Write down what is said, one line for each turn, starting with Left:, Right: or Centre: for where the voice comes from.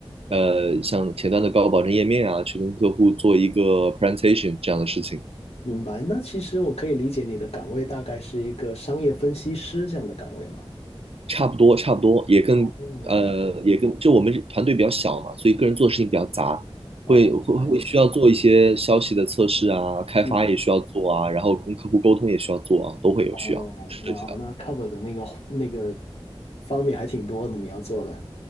Right: 呃，像前端的高保证页面啊，去跟客户做一个 presentation 这样的事情。
Left: 明白。那其实我可以理解你的岗位大概是一个商业分析师这样的岗位吗？
Right: 差不多，差不多，也跟呃，
Left: 哦，
Right: 也跟就我们团队比较小嘛，所以个人做的事情比较杂，
Left: 哦，
Right: 会会会需要做一些消息的测试啊，
Left: 哎，
Right: 开发也需要做啊，
Left: 嗯，
Right: 然后跟客户沟通也需要做啊，都会有需要涉及到。
Left: 哦，哇哦，那 cover 的那个那个方面还挺多的，你要做的，